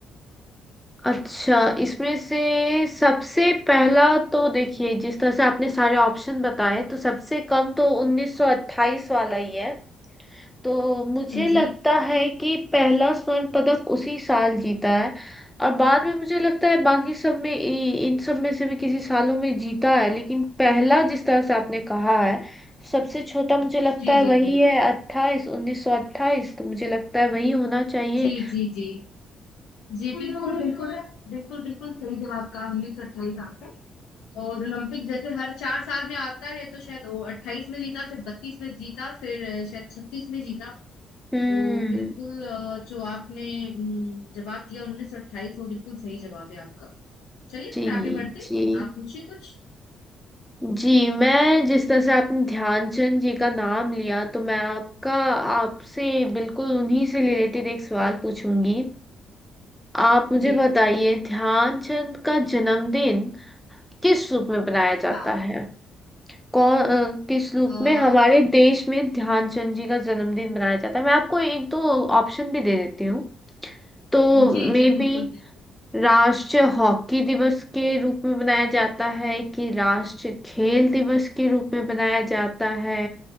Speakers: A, in the centre; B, on the left.
A: अच्छा इसमें से सबसे पहला तो देखिए जिस तरह से आपने सारे ऑप्शन बताए तो सबसे कम तो 1928 वाला ही है तो मुझे लगता
B: जी
A: है कि पहला स्वर्ण पदक उसी साल जीता है और बाद में मुझे लगता है बाकी सब में इ- इन सब में से भी किसी सालों में जीता है लेकिन पहला जिस तरह से आपने कहा है सबसे छोटा मुझे लगता
B: जी
A: है
B: जी
A: वही
B: जी
A: है अट्ठाईस उन्नीस सौ अट्ठाईस तो मुझे लगता है वही होना चाहिए
B: जी जी जी जी बिल्कुल बिल्कुल बिल्कुल बिल्कुल सही जवाब कहा उन्नीस सौ अट्ठाईस आपने और ओलंपिक जैसे हर चार साल में आता है तो शायद वो अट्ठाईस में जीता फिर बत्तीस में जीता फिर अ, शायद छत्तीस में जीता
A: हम्म
B: तो बिल्कुल अ, जो आपने हम्म, जवाब दिया उन्नीस सौ अट्ठाईस वो बिल्कुल सही जवाब है आपका चलिए
A: जी
B: फिर आगे बढ़ते हैं।
A: जी
B: आप पूछिए कुछ
A: जी मैं जिस तरह से आपने ध्यानचंद जी का नाम लिया तो मैं आपका आपसे बिल्कुल उन्हीं से रिलेटेड एक सवाल पूछूंगी आप मुझे
B: जी
A: बताइए
B: जी
A: ध्यानचंद का जन्मदिन किस रूप में मनाया जाता
B: हाँ
A: है कौन अ, किस रूप
B: अ,
A: में हमारे देश में ध्यानचंद जी का जन्मदिन मनाया जाता है मैं आपको एक दो ऑप्शन भी दे देती हूँ तो
B: जी
A: मे
B: जी बिल्कुल
A: बी
B: बिल्कुल
A: राष्ट्रीय हॉकी दिवस के रूप में मनाया जाता है कि राष्ट्रीय खेल दिवस के रूप में मनाया जाता है